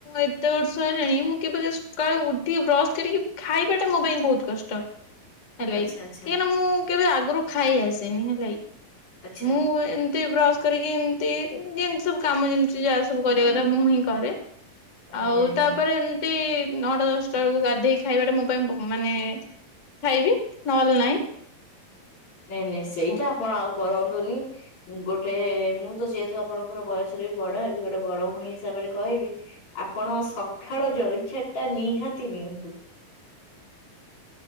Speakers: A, on the left; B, on the left.
A: ଏତେ ବର୍ଷ ହେଲାଣି ମୁଁ କେବେ ସକାଳୁ ଉଠିକି ବ୍ରଶ କରିକି ଖାଇବାଟା ମୋ ପାଇଁ ବହୁତ କଷ୍ଟ। ହେଲାକି,
B: ଆଚ୍ଛା ଆଚ୍ଛା
A: କାହିଁକ ମୁଁ କେବେ ଆଗରୁ ଖାଇ ଆସେନି ହେଲାକି।
B: ଆଚ୍ଛା।
A: ମୁଁ ଏମିତି ବ୍ରସ କରିକି ଏମିତି ଯେମିତି ସବୁ କାମ ଯେମିତି ଯଷ୍ଟ ସବୁ କରିବା କଥା ମୁଁ ହିଁ କରେ
B: ଆଜ୍ଞା
A: ଆଉ
B: ଆଜ୍ଞା
A: ତାପରେ ମତି ନଅଟା ଦଶଟା ବେଳକୁ ଗାଧେଇ ଖାଇବାଟା ମୋ ପାଇଁ ମାନେ ଖାଇବି ନହେଲେ ନାହିଁ।
B: ନାଇଁ ନାଇଁ
A: ଆଉ
B: ସେଇଟା ଆପଣ ଆଉ କର ଗୋଟେ ମୁଁ ତ ଯେହେତୁ ଆପଣଙ୍କର ବୟସରେ ବି ବଡ ଏ ଗୋଟେ ବଡ ଭଉଣୀ ହିସାବରେ କହ କହିବି ଆପଣ ସକାଳ ଜଳିଖାଟ ଟା ନିହାତି ନିଅନ୍ତୁ।
A: ହ